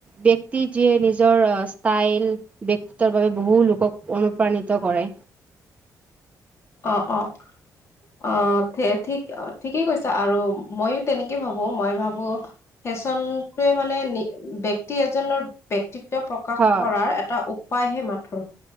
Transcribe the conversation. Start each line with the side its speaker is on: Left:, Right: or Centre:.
Right: ব্যক্তি যিয়ে নিজৰ ষ্টাইল ব্যক্তিত্বৰ বাবে বহু লোকক অনুপ্ৰাণিত কৰে।
Left: অ', অ'। অ', ঠিক ঠিকেই কৈছা। আৰু ময়ো তেনেকে ভাবো। মই ভাবো ফেশ্বনটোৱে মানে নি ব্যক্তি এজনৰ ব্যক্তিত্ব প্ৰকাশ
Right: হয়
Left: কৰাৰ এটা উপ উপাইহে মাথোন।